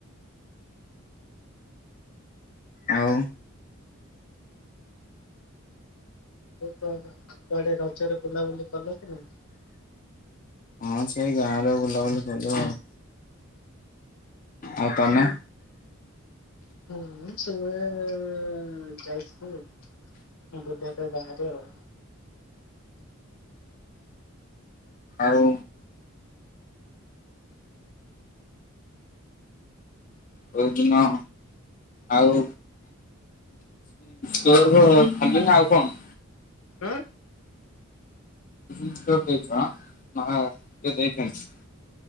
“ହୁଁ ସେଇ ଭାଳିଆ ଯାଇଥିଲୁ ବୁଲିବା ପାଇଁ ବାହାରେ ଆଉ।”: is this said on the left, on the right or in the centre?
Left